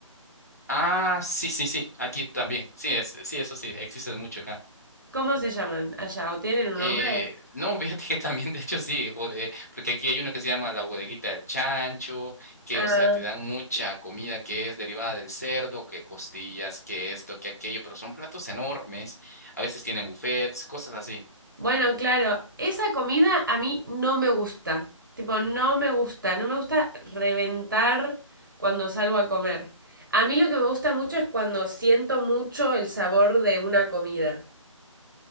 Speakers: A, on the left; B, on the right.
A: Ah, sí, sí, sí, aquí también, sí, es, sí, eso sí, existe mucho acá.
B: ¿Cómo se llaman allá? ¿O tienen un
A: Eh,
B: nombre?
A: no, <laughs> fíjate que también, de hecho, sí, bode- porque aquí hay uno que se llama la bodeguita del chancho, que,
B: Ah.
A: o sea, te dan mucha comida que es derivada del cerdo, que costillas, que esto, que aquello, pero son platos enormes. A veces tienen buffets, cosas así.
B: Bueno, claro, esa comida a mí no me gusta. Tipo, no me gusta, no me gusta reventar cuando salgo a comer. A mí lo que me gusta mucho es cuando siento mucho el sabor de una comida.